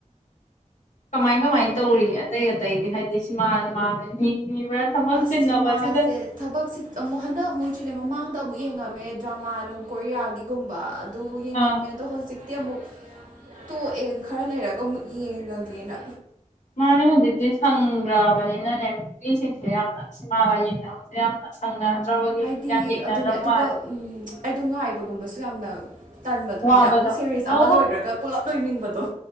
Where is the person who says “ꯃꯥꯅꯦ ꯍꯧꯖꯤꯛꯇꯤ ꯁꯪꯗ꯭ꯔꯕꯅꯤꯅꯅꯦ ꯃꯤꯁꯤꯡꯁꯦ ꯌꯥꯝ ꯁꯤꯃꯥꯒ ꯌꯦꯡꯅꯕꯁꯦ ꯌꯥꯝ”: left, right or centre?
Left